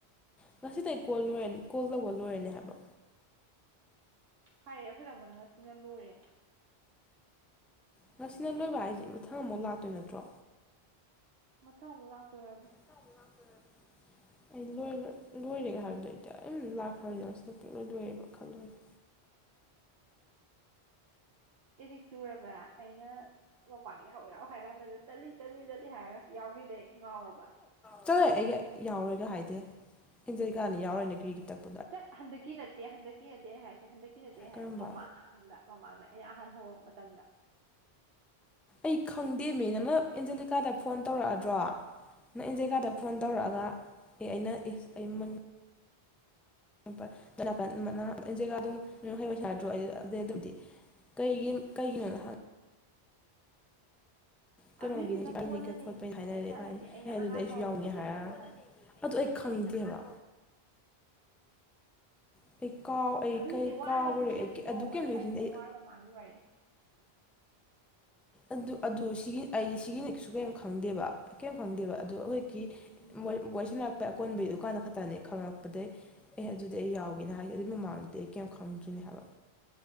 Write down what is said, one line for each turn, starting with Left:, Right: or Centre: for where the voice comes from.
Centre: ꯉꯁꯤꯗꯩ ꯀꯣꯜ ꯂꯣꯏꯔꯅꯤ ꯀꯣꯜ ꯇꯧꯕ ꯂꯣꯏꯔꯅꯤ ꯍꯥꯏꯕ꯭ꯔꯣ
Right: ꯍꯥꯏꯔꯦ ꯑꯩꯈꯣꯏ ꯇꯥꯃꯣꯅ ꯉꯁꯤꯅ ꯂꯣꯏꯔꯦꯅ
Centre: ꯉꯁꯤꯅ ꯂꯣꯏꯕ ꯍꯥꯏꯁꯤ ꯃꯊꯪ ꯑꯃꯨꯛ ꯂꯥꯛꯇꯣꯏ ꯅꯠꯇ꯭ꯔꯣ
Right: ꯃꯊꯪ ꯑꯃꯨꯛ ꯂꯥꯛꯇꯣꯏ ꯑꯣꯏꯔꯝꯅꯤ
Centre: <unintelligible> ꯑꯩ ꯂꯣꯏꯕ꯭ꯔꯥ ꯂꯣꯏꯔꯦꯒꯥ ꯍꯥꯏꯕꯗꯣ ꯑꯩꯗꯤ ꯑꯗꯨꯝ ꯂꯥꯛꯈ꯭ꯔꯕꯗꯤ ꯁꯤꯗ ꯄꯨꯛꯂꯣꯏ ꯂꯣꯏꯔꯕ ꯈꯜꯂꯣꯏꯔꯦ
Right: ꯑꯦꯗꯤꯛ ꯆꯨꯔꯕ꯭ꯔꯥ ꯑꯩꯅ ꯃꯃꯥꯡ ꯌꯥꯎ ꯌꯥꯎ ꯍꯥꯏ ꯀꯥꯟꯗꯅ ꯇꯂꯤ ꯇꯂꯤ ꯇꯂꯤ ꯍꯥꯏꯔꯒ ꯌꯥꯎꯒꯤꯗꯩ ꯉꯥꯎꯔꯕ꯭ꯔ
Centre: ꯆꯂ ꯑꯩꯒ ꯌꯥꯎꯔꯣꯏꯒ ꯍꯥꯏꯗꯦ ꯏꯟꯖꯔꯤꯀꯥꯅꯤ ꯌꯥꯎꯔꯣꯏꯅ ꯀ꯭ꯔꯤ ꯀ꯭ꯔꯤꯒꯤ ꯇꯛ
Right: ꯆꯠ ꯍꯟꯗꯛꯀꯤ ꯅꯠꯇꯦ ꯍꯟꯗꯛꯀꯤ ꯅꯠꯇꯦ ꯍꯥꯏꯁꯦ ꯍꯟꯗꯛꯀꯤ ꯅꯠꯇꯦ
Centre: ꯀꯔꯝꯕ
Right: ꯍꯥꯏꯁꯦ ꯃꯃꯥꯡꯗ ꯃꯃꯥꯡꯗ ꯑꯩꯅ ꯑꯍꯥꯟ ꯍꯧꯔꯛ ꯃꯇꯝꯗ
Centre: ꯑꯩ ꯈꯪꯗꯦꯃꯤ ꯅꯪꯅ ꯑꯦꯟꯖꯦꯂꯤꯀꯥꯗ ꯐꯣꯟ ꯇꯧꯔꯛꯑꯗ꯭ꯔꯣ ꯅꯪ ꯑꯦꯟꯖꯦꯂꯤꯀꯥꯗ
Right: ꯎꯝ
Centre: ꯐꯣꯟ ꯇꯧꯔꯛꯑꯒ ꯑꯦ ꯑꯩꯅ ꯑꯦ <unintelligible> <unintelligible> ꯀꯩꯒꯤ ꯀꯩꯒꯤꯅꯣꯗ ꯍꯪꯒ ꯀꯩꯅꯣꯒꯤꯅꯤ
Right: ꯑꯗꯨꯏꯗꯨꯅ
Centre: ꯆ ꯀꯩꯅꯤ
Right: ꯀꯣꯟꯅꯅꯦꯃꯤ
Centre: ꯀ ꯈꯣꯠꯄꯅꯤ ꯍꯥꯏꯅꯔꯦꯅ
Right: ꯑꯩꯅ ꯍꯥꯏꯗꯤ ꯑꯩꯅ
Centre: ꯑꯦ ꯑꯗꯨꯗ
Right: ꯑꯍꯥꯟ
Centre: ꯑꯩꯁꯨ
Right: ꯍꯧꯔꯛꯄ
Centre: ꯌꯥꯎꯅꯤ
Right: ꯃꯇꯝꯒꯤꯗꯣ
Centre: ꯍꯥꯏꯔꯒ
Right: ꯍꯥꯏꯕꯅꯦ
Centre: ꯑꯗꯣ ꯑꯩ ꯈꯪꯗꯦꯕ <unintelligible>
Right: ꯑꯗꯨꯏꯒꯤꯗꯤ ꯋꯥꯔ
Centre: ꯀꯥꯎꯈ꯭ꯔꯦ
Right: ꯃꯇꯨꯡꯗꯅꯤꯀꯣ
Centre: ꯑꯩ ꯑꯗꯨ ꯀꯩꯝ
Right: ꯑꯩ
Centre: ꯅꯤꯡꯁꯤꯡꯗꯦ
Right: ꯍꯥꯏꯁꯤꯅ ꯋꯥꯔ ꯃꯃꯥꯡꯒꯤ ꯋꯥꯔꯤꯅꯤ
Centre: ꯑꯗꯨ ꯑꯗꯨ ꯁꯤꯒꯤ ꯑꯩ ꯁꯤꯒꯤꯅ ꯀꯩꯁꯨ ꯀꯩ ꯈꯪꯗꯦꯕ ꯀꯩꯝ ꯈꯪꯗꯦꯕ ꯑꯗꯨ ꯑꯩꯈꯣꯏꯀꯤ
Right: ꯎꯝ
Centre: <unintelligible> ꯑꯀꯣꯟꯕꯒꯤ ꯑꯗꯨꯗꯨꯀꯥꯟꯗ ꯈꯛꯇꯅꯦ ꯈꯪꯪꯂꯛꯄꯗꯒꯤꯩ ꯑꯦ ꯑꯗꯨꯗꯤ ꯑꯩ ꯌꯥꯎ ꯀꯒꯤꯅ ꯍꯥꯏꯁꯦ ꯑꯗꯨꯒꯤ ꯃꯃꯥꯡꯗꯗꯤ ꯑꯩ ꯀꯌꯥꯝꯝ ꯈꯪꯗ꯭ꯔꯤꯅꯦ ꯍꯥꯏꯕ